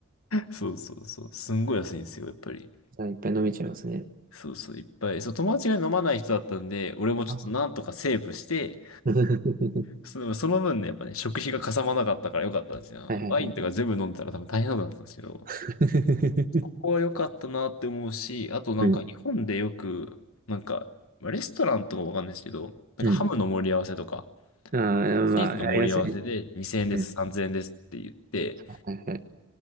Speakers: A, on the left (about 75°); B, on the right (about 40°).
A: そうそうそう。すんごい安いんですよ、やっぱり。
B: じゃあ、いっぱい飲めちゃいますね。
A: そうそう、いっぱい。そう、友達が飲まない人だったんで、俺もちょっとなんとかセーブして、
B: ああ <laughs> は
A: その、その分ね、やっぱね、食費がかさまなかったからよかったんですよ。
B: いはいはいはい。
A: ワインとか全部飲んでたら多分大変なことだったんですけど、
B: <laughs>
A: ここは良かったなって思うし、あとなんか日本でよく、
B: うん。
A: なんか、まあレストランとかわかんないですけど、なんかハムの盛り合わせとか、
B: うん。ああ、
A: チーズの盛り合わせで2000円です、
B: まあ、ありますよね。うん
A: 3000円ですって言って、
B: はいはい。